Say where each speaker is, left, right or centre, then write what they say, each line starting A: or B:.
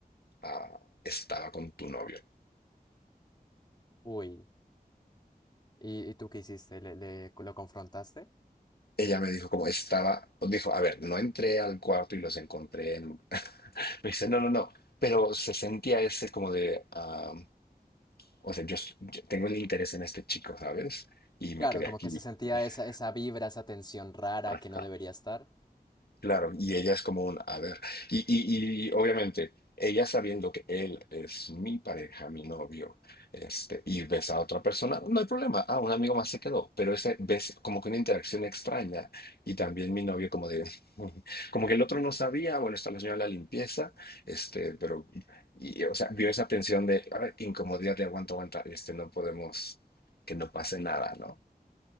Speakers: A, on the left; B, on the left.
A: ah, estaba con tu novio.
B: Uy. ¿Y, y tú qué hiciste? ¿Le, le- lo confrontaste?
A: Ella me dijo como estaba, dijo, a ver, no entré al cuarto y los encontré en... <laughs> Me dice, no, no, no, pero se sentía ese como de, ah, o sea, yo, yo tengo el interés en este chico, ¿sabes? Y me
B: Claro,
A: quedé
B: como
A: aquí.
B: que se sentía
A: <laughs>
B: esa, esa vibra, esa tensión rara
A: Ajá.
B: que no debería estar.
A: Claro, y ella es como un, a ver, y, y, y obviamente ella sabiendo que él es mi pareja, mi novio, este, y ves a otra persona, no hay problema, ah, un amigo más se quedó, pero ese ves como que una interacción extraña y también mi novio como de, <laughs> como que el otro no sabía, bueno, está la señora de la limpieza, este, pero, y, o sea, vio esa tensión de, a ver, incomodidad de aguanta, aguanta, este, no podemos, que no pase nada, ¿no?